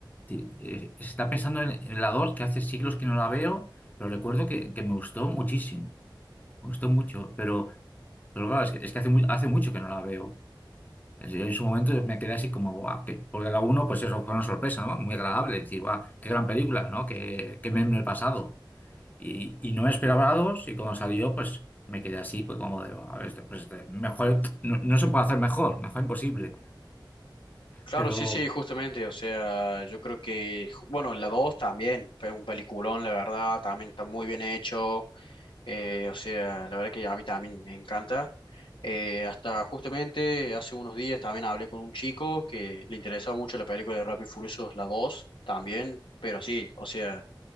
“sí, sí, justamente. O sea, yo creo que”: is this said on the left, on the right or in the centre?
Left